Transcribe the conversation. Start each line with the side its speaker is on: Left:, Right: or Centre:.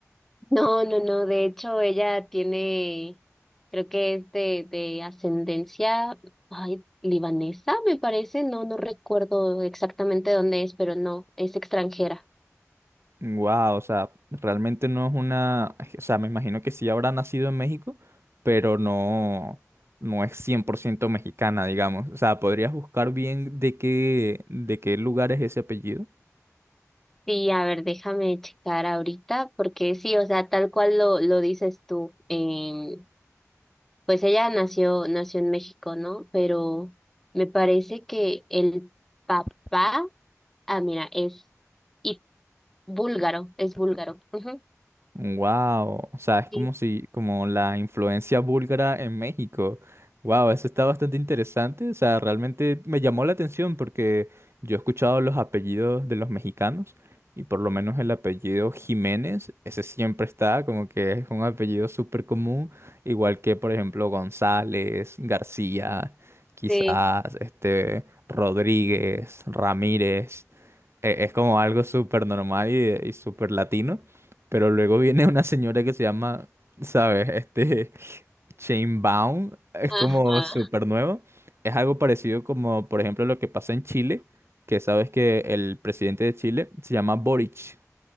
Centre: No, no, no, de hecho ella tiene, creo que es de, de ascendencia, ay, libanesa, me parece, no, no recuerdo exactamente dónde es, pero no, es extranjera.
Right: Wow, o sea, realmente no es una, o sea, me imagino que sí habrá nacido en México, pero no, no es 100% mexicana, digamos. O sea, ¿podrías buscar bien de qué, de qué lugar es ese apellido?
Centre: Sí, a ver, déjame checar ahorita, porque sí, o sea, tal cual lo, lo dices tú, em, pues ella nació, nació en México, ¿no? Pero me parece que el papá, ah, mira, es y búlgaro, es búlgaro. Ujú.
Right: Wow, o sea, es como
Centre: Sí,
Right: si, como la influencia búlgara en México. Wow, eso está bastante interesante. O sea, realmente me llamó la atención porque yo he escuchado los apellidos de los mexicanos y por lo menos el apellido Jiménez, ese siempre está, como que es un apellido súper común, igual que por ejemplo González, García, quizás,
Centre: sí.
Right: este, Rodríguez, Ramírez e- Es como algo súper normal y, y súper latino, pero luego viene una señora que se llama, ¿sabes? Este, <laughs> Baum, es
Centre: Ajá.
Right: como súper nuevo. Es algo parecido como, por ejemplo, lo que pasa en Chile, que sabes que el presidente de Chile se llama Boric.